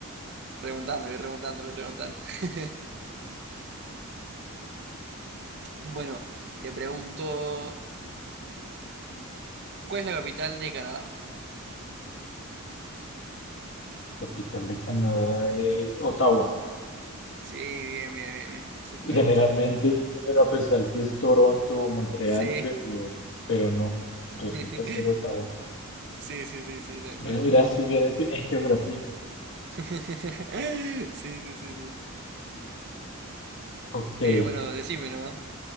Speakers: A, on the right (about 50°); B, on the left (about 55°).
A: Remontando, voy remontando, voy remontando. <laughs> Bueno, te pregunto, ¿cuál es la capital de Canadá?
B: Capital de Canadá es Ottawa.
A: Sí, bien, bien, bien, bien. Exactamente.
B: Generalmente tienden a pensar que es Toronto o Montreal,
A: Sí.
B: pero, pero no.
A: <laughs>
B: Resulta ser Ottawa.
A: Sí, sí, sí, sí, tal
B: Bien,
A: cual,
B: mira,
A: tal cual.
B: si bien en ge- en geografía.
A: <laughs> Sí, sí, sí, sí.
B: Ok. ¿Qué
A: Eh, bueno, decime nomás.